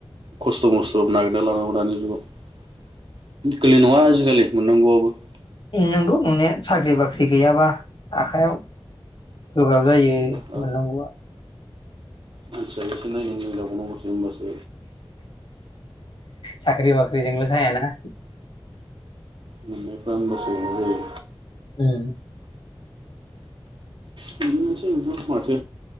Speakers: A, on the right (about 60°); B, on the left (about 60°).
A: खस्थ मस्थ नागिरना लानांगौ दानि जुगाव । गोरलै नंङा आजिखालि मोननांगौआबो ।
B: नोंगौ नंनाय साख्रि बाख्रि गैयाबा आखाइयाव गोब्राब जायो मोननांगौआ
A: आरो
B: ।
A: मानसिया एसे नायनो मोजां जाबावनांगौसो होमबासो
B: साख्रि बाख्रिजोंल जायाना
A: मोननायफ्रा होमबासो माबा जायो
B: उम ।
A: बिदिनोसै नोंथां माथो